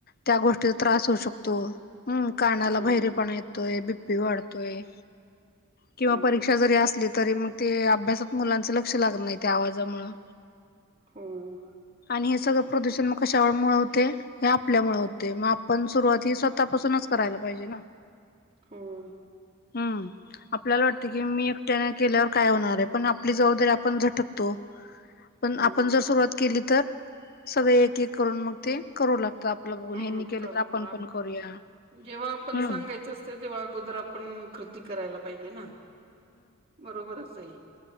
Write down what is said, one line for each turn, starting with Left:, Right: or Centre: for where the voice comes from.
Left: त्या गोष्टीचा त्रास होऊ शकतो. हम् कानाला
Right: हम्म
Left: बहिरेपणा येतोय, बी बीपी वाढतोय किंवा
Right: हम्म
Left: परीक्षा जरी असली, तरी म ते अभ्यासात मुलांच लक्ष लागत नाइ त्या आवाजामुळं
Right: हम्म,
Left: हे सगळं प्रदूषण मग कशामुळ होते. हे आपल्यामुळे होते मग आपण सुरुवाती स्वतःपासूनच करा त्याला पाहिजे ना,
Right: हां,
Left: हम्म आपल्याला वाटते की मी एकट्याने केल्यावर काय होणार ये पण, आपली जबाबदारी आपण झटकतो पण
Right: हम्म
Left: आपण जर सुरुवात केली. तर सगळे एक एक करून मग ते, करू लाग आपलं बघून
Right: हम्म
Left: हेनी केले
Right: करतो
Left: तर, आपण
Right: आप.
Left: पण करूया
Right: जेव्हा आपण
Left: हम्म
Right: सांगायचं असते. तेव्हा अगोदर आपण, ति करायला पाहिजे ना, बरोबरच आहे.